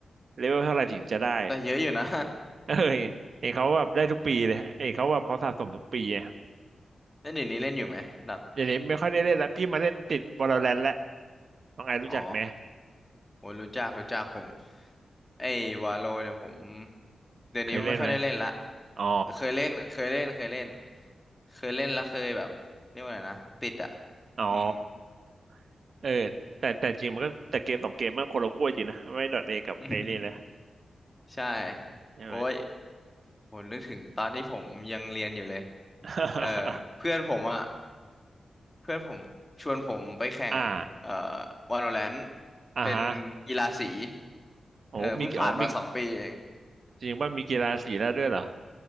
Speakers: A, on the right; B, on the left.
A: เลเวลเท่าไหร่ถึงจะได้
B: แต่เยอะอยู่นะ
A: เออเห็นเขาแบบได้ทุกปีเลยเห็นเขาแบบเขาสะสมทุกปีอะ
B: <laughs> เล่นอยู่นี้เล่นอยู่ไหมดัด
A: เดี๋ยวนี้ไม่ค่อยได้เล่นละพี่มาเล่นติดวอลเลนต์ละน้องไอรู้จักไหม
B: อ๋อ โอ้ยรู้จักรู้จักผมไอ้วาโลเนี่ยผมเดี๋ยวนี้ไม่ค่อยได้เล่นละ
A: เคยเล่นไหมอ๋อ
B: เคยเล่นเคยเล่นเคยเล่นเคยเล่นแล้วเคยแบบเรียกว่าไงนะติดอ่ะ
A: อ๋อ
B: อืม
A: <laughs> เออแต่แต่จริงมันก็แต่เกมสองเกมมันคนละขั้วจริงนะไม่ดอทเอกับไอ้นี่เลย
B: <laughs> ใช่
A: ใช่ไหม
B: โอ้ยผมนึกถึงตอนที่ผมยังเรียนอยู่เลย
A: <laughs>
B: เออเพื่อนผมอ่ะเพื่อนผมชวนผมไปแข่งเอ่อ
A: อ่า
B: Valorant
A: อ่าฮะ
B: เป็นกีฬาสี
A: โอ้มีอ๋อมี
B: เออเพิ่งผ่านมาสองปีเอง
A: จริงว่ามีกีฬาสีแล้วด้วยเหรอ